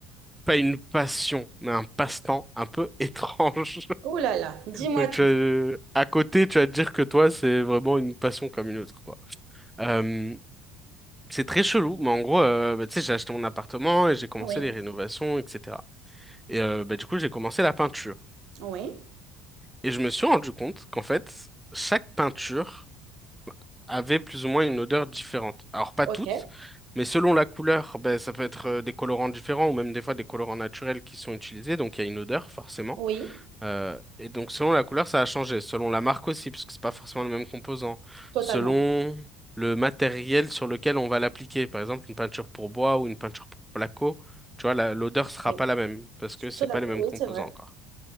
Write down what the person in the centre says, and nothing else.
pas une passion, mais un passe-temps un peu <laughs> étrange.
Donc,
tu vas- à côté, tu vas te dire que toi, c'est vraiment une passion comme une autre, quoi. Euh, c'est très chelou, mais en gros, euh, bah, tu sais, j'ai acheté mon appartement et j'ai commencé
les rénovations, etc. Et euh, bah, du coup, j'ai commencé la peinture.
Et je me suis rendu compte qu'en fait, chaque peinture avait plus ou moins une odeur différente. Alors, pas
toutes, mais selon la couleur, ben ça peut être euh, des colorants différents ou même des fois des colorants naturels qui sont utilisés. Donc, il y a une odeur, forcément.
Euh, et donc, selon la couleur, ça a changé. Selon la marque aussi, parce que c'est pas forcément le même composant.
Selon le matériel sur lequel on va l'appliquer. Par exemple, une peinture pour bois ou une peinture pour placo, tu vois, la- l'odeur sera
pas la même parce que c'est
pas les mêmes
composants
encore.